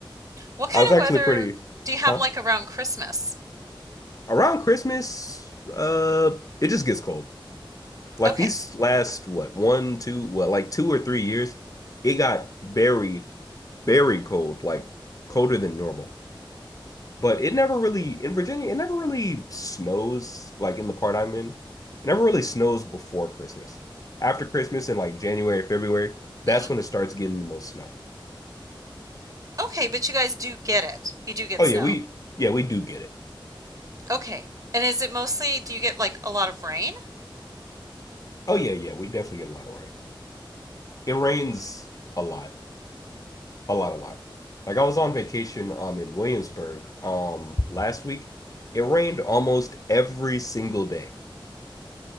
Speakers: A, on the right; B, on the left.
A: What kind
B: I was
A: of
B: actually
A: weather
B: pretty
A: do you have
B: huh?
A: like around Christmas?
B: Around Christmas, uh it just gets cold. Like
A: Okay.
B: these last what, one, two, well, like two or three years, it got very, very cold, like colder than normal. But it never really in Virginia, it never really snows like in the part I'm in. It never really snows before Christmas. After Christmas in like January, February, that's
A: hmm
B: when it starts getting the most snow.
A: Okay, but you guys do get it. You do get
B: Oh
A: snow.
B: yeah, we yeah, we do get it.
A: Okay. And is it mostly, do you get like a lot of rain?
B: Oh yeah, yeah, we definitely get a lot of rain. It rains a lot, a lot, a lot. Like I was on vacation um in Williamsburg um last week. It rained almost every single day.